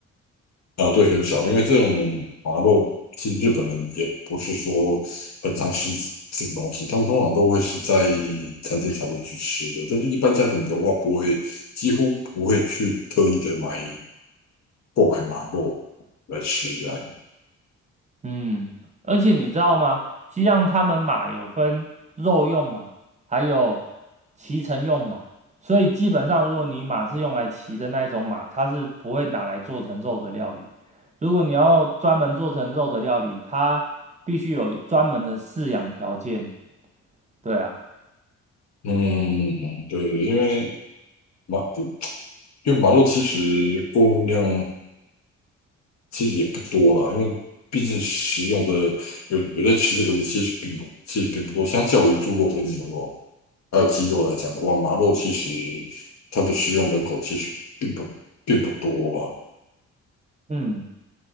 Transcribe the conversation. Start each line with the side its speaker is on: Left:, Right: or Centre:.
Left: 啊，对，很少，因为这种麻肉，其实日本人也不是说很常吃这种东西，他们通常都会是在餐厅才会去吃的，但是一般家庭的话，不会，几乎不会去特意的买购买麻肉来吃这样。
Right: 嗯，而且你知道吗？西藏他们马有分肉用马，还有骑乘用马，所以基本上如果你马是用来骑的那一种马，它是不会拿来做成肉的料理。如果你要专门做成肉的料理，它必须有专门的饲养条件。对啊。
Left: 嗯，对，因为马就就马路其实供应量其实也不多了，因为毕竟食用的有有在吃这个的其实并不其实并不多，相较于猪肉跟牛肉还有鸡肉来讲的话，马肉其实它的食用人口其实并不并不多啊。
Right: 嗯，